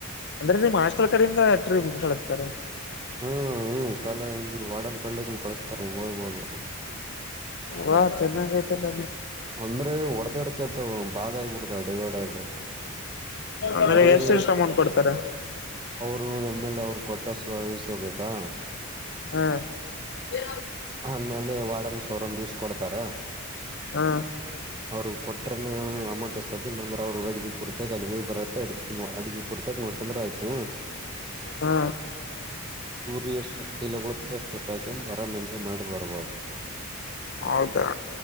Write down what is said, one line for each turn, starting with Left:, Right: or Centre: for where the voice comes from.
Left: ಅಂದ್ರೆ ನೀಮ್ ಹಾಸ್ಟೆಲ್ ಕಡೆ ಇಂದ ಟ್ರಿಪ್ ಗೆ ಕಳಿಸ್ತಾರ
Right: ಹ್ಮ್ ಹ್ಮ್ ಕ ಇವರು ವಾಡನ್ ಕಡೆ ಇಂದ ಕಳಿಸತಾರೆ ಹೋಗ್ಬೋದು
Left: ವಾ ಚೆನ್ನ ಗಯತಲ್ಲ
Right: ಅಂದ್ರೆ ಒಡದಡೆ ಬಾಾಗ ಆಿ ಕೊಡ್ತ ಡಿಿವೈಡ್ ಆು
Left: ಅಂದ್ರೆ
Right: ಉಡುಗ್ರ
Left: ಎಷ್ಟ ಎಷ್ಟ್ ಅಮೌಂಟ್ ಕೊಡ್ತಾರ
Right: ಅವರು ಎಮ್ ಎಲ್ ಎ ಅವ್ರು ಕೊಟ್ಟ ಸಿಸಬೇಕಾ
Left: ಹಾ ಅೇ
Right: ಆಮೇಲೆ ವಾರ್ಡನ್ ಸರ್ ಒಂದ್ ದಿವ್ಸ ಕೊಡ್ತಾರ
Left: ಹ
Right: ಅವ್ರು ಕೊಟ್ರನೆೇ ಅಮೌಂಟ್ ಎಸೋದಿಲ್ಲ ಅಂದ್ರೆ ಅವ್ರರು ಅಡಿಗೆ ಕುೂರ್ತ ಅಲ್ಲಿ ಹೋಗ್ ಬರತ್ತ ಅಡ್ಿ ಅಡಗ ಪುರ್ತ ನೋಡ್ಕಂದ್ರ ಆಯ್ತು
Left: ಹಾ
Right: ರಿ ಎಷ್ಟ ಕಲ ಅಷ್ಟು ಕರ ಮೆಂಚಿ ಮಾಡಿ ಬರ್ಬೋದು
Left: ಹೌದಾ